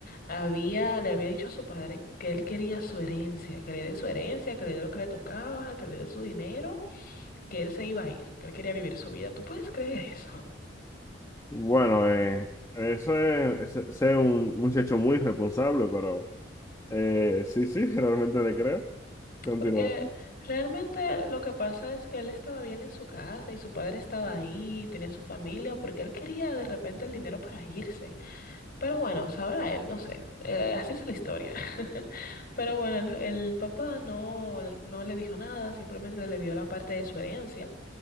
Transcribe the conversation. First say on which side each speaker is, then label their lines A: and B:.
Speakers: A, on the left; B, on the left.
A: había, le había dicho a su padre que él quería su herencia, que le dé su herencia, que le dé lo que le tocaba, que le dé su dinero, que él se iba a ir, que él quería vivir su vida. ¿Tú puedes creer <laughs> eso?
B: Bueno, eh, eso es, ese- ese un muchacho muy responsable, pero eh, sí, sí, <laughs> realmente le creo. Continúa.
A: Porque realmente lo que pasa es que él estaba bien en su casa y su padre estaba ahí, tenía su familia, porque él quería de repente el dinero para irse. Pero bueno, sabrá él, no sé. Eh, así es la historia. <laughs> Pero bueno, el, el papá no, no le dijo nada, simplemente le dio la parte de su herencia.